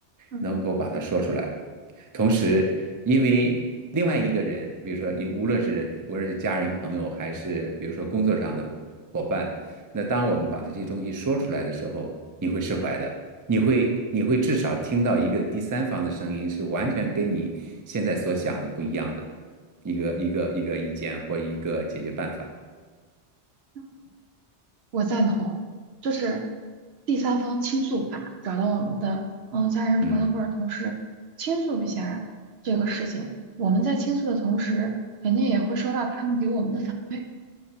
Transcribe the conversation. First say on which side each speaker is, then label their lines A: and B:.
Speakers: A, on the right; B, on the right.
A: 嗯
B: 能够把它说出来。同时，因为另外一个人，比如说你无论是无论是家人、朋友，还是比如说工作上的伙伴，那当我们把这些东西说出来的时候，你会释怀的，你会你会至少听到一个第三方的声音，是完全跟你现在所想的不一样的一个一个一个意见或一个解决办法。
A: 嗯我赞同，就是第三方倾诉法，找到我们的嗯家人、朋友或者同事倾诉一下这个事情。
B: 嗯，
A: 我们在倾诉的同时，肯定也会收到他们给我们的反馈。